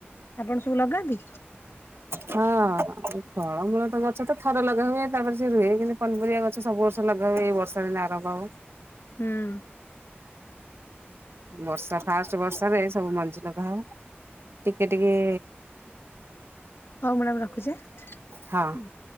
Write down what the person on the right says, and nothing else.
ହଁ ଫଳମୂଳ ତ ଗଛ ତ ଥରେ ଲଗା ହୁଏ, ତାପରେ ସେ ରୁହେ କିନ୍ତୁ ପନପରିବା ଗଛ ସବୁ ବର୍ଷ ଲଗା ହୁଏ, ଏଇ ବର୍ଷା ଦିନ ଆରମ୍ଭ ହବ।
ବର୍ଷା ଫାଷ୍ଟ ବର୍ଷରେ ସବୁ ମଞ୍ଜି ଲଗା ହବ। ଟିକେ ଟିକେ
ହଁ